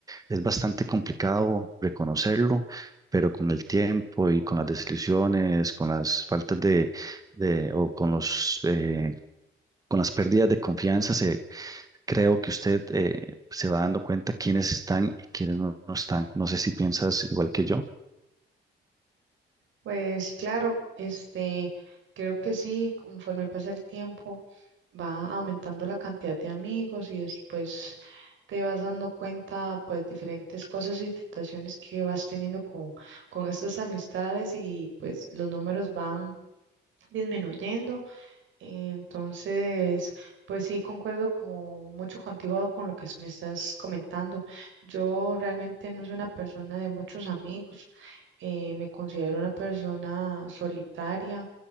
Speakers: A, on the right; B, on the right.
A: Es bastante complicado reconocerlo, pero con el tiempo y con las desilusiones, con las faltas de, de o con los, eh, con las pérdidas de confianza, se, creo que usted eh, se va dando cuenta quiénes están y quiénes no no están. No sé si piensas igual que yo.
B: Pues claro, este, creo que sí, conforme pasa el tiempo, va aumentando la cantidad de amigos y después te vas dando cuenta, pues, diferentes cosas y situaciones que vas teniendo con, con estas amistades y pues los números van disminuyendo Entonces, pues sí, concuerdo como mucho contigo con lo que me estás comentando. Yo realmente no soy una persona de muchos amigos, eh, me considero una persona solitaria,